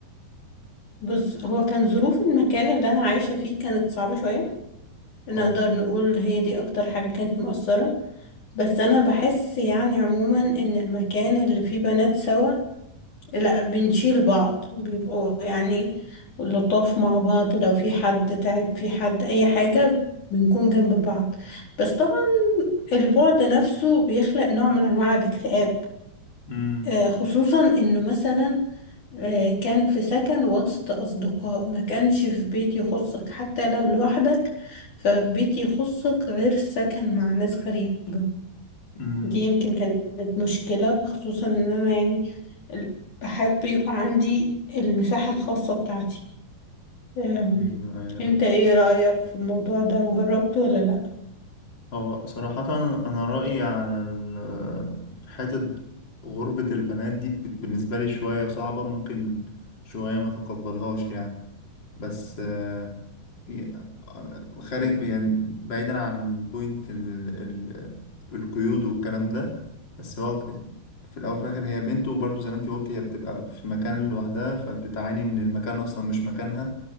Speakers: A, on the left; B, on the left.
A: بص هو كان ظروف المكان اللي أنا عايشة فيه كانت صعبة شوية نقدر
B: اه
A: نقول هي دي أكتر حاجة كانت مؤثرة بس أنا بحس يعني عموما إن المكان اللي فيه بنات سوا لا بنشيل بعض بيبقوا يعني لطاف مع بعض لو في حد تعب في حد أي حاجة بنكون جنب بعض بس طبعا البعد نفسه بيخلق نوع من أنواع الاكتئاب
B: امم
A: آه، خصوصا إنه مثلا آه، كان في سكن وسط أصدقاء ما كانش في بيت يخصك حتى لو لوحدك فبيت يخصك غير سكن مع ناس غريبة
B: امم
A: دي يمكن كانت مشكلة خصوصا إن أنا يعني ال- بحب يبقى عندي المساحة الخاصة بتاعتي آم،
B: ايوه ايوه
A: انت ايه رأيك في الموضوع ده وجربته ولا لأ؟
B: هو صراحة أنا رأيي على ال- في حتة غربة البنات دي بت- بالنسبة لي شوية صعبة ممكن شوية ما تقبلهاش يعني بس آه، ي- آه، خارج يعني بعيدا عن بوينت ال- ال- القيود والكلام ده بس هو في الأول وفي الآخر هي بنت وبرضه زي ما أنت قلت هي بتبقى في مكان لوحدها فبتعاني إن المكان أصلا مش مكانها